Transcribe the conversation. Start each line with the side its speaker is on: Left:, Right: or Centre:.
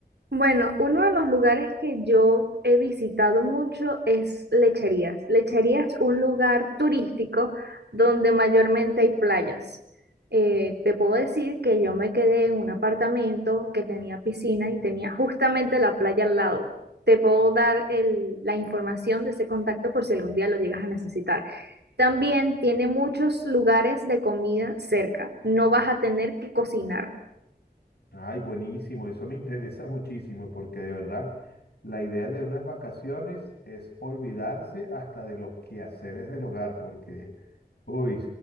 Right: Bueno, uno de los lugares que yo he visitado mucho es Lecherías. Lecherías es un lugar turístico donde mayormente hay playas. Eh, te puedo decir que yo me quedé en un apartamento que tenía piscina y tenía justamente la playa al lado. Te puedo dar el- la información de ese contacto por si algún día lo llegas a necesitar. También tiene muchos lugares de comida cerca. No vas a tener que cocinar.
Left: Ay, buenísimo, eso me <laughs> interesa muchísimo porque de verdad la idea de unas vacaciones es olvidarse hasta de los quehaceres del hogar, porque, uy,